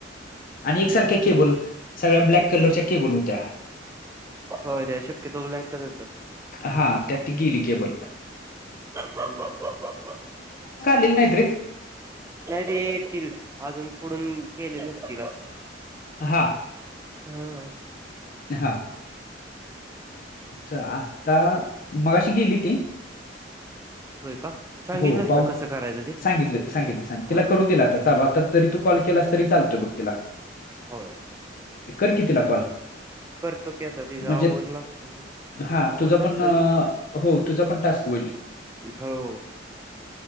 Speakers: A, on the left (about 50°); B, on the right (about 15°).
A: आणि एकसारख्या
B: हम्म
A: केबल
B: हम्म
A: सगळ्या ब्लॅक कलरच्या केबल होत्या
B: हो त्या शक्यतोला एककच येतात
A: हा त्यात गेली केबल
B: बा बा बा बा
A: ते नाहीते
B: नाही ते येतील अजून पुुढून केले नसतील असे
A: हा
B: हा
A: हा आता मगाशी गेली ती
B: होय का? सांगितलंस
A: हो पाऊ
B: ना कसं करायचं ते
A: सांगितलं
B: तिला?
A: सांगितलं सांगित तिला
B: हा
A: करून दिला आता चालू आता जरी तू कॉल केलास तरी चालतोय बघ तिला
B: होय
A: कर की तिला कॉल
B: करतो की आता ति
A: म्हणजे
B: जा आवरला
A: हा
B: आवरला
A: तुझं पण
B: असेल
A: हो तुझ पण टास्क होईल
B: हो